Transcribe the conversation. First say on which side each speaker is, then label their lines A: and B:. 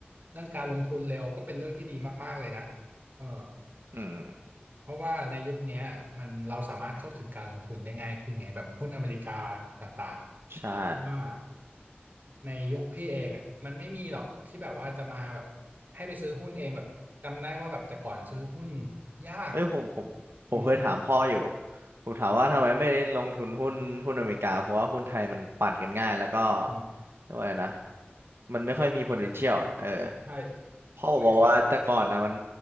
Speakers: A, on the right (about 45°); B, on the right (about 80°).
A: เรื่องการลงทุนเร็วก็เป็นเรื่องที่ดีมากๆเลยนะเออ
B: อืม
A: เพราะว่าในยุคเนี้ยมันเราสามารถเข้าถึงการลงทุนได้ง่ายขึ้นไงแบบหุ้นอเมริกาต่าง
B: ใช่
A: ๆว่า ในยุคพี่เองอ่ะมันไม่มีหรอกที่แบบว่าจะมาแบบให้ไปซื้อหุ้นเองแบบจำได้ว่าแบบแต่ก่อนซื้อหุ้นยาก
B: เอ้ยผมผมผมเคยถามพ่ออยู่
A: อืม
B: ผมถามว่าทำไมไม่ลงทุนหุ้นหุ้นอเมริกาเพราะว่าหุ้นไทยมันปั่นกันง่ายแล้วก็
A: อืม
B: เรียกว่าอะไรนะมันไม่ค่อยมี potential อ่ะเออ
A: ใช่
B: พ่อผมบอกว่าแต่ก่อนนะมัน
A: บริษัท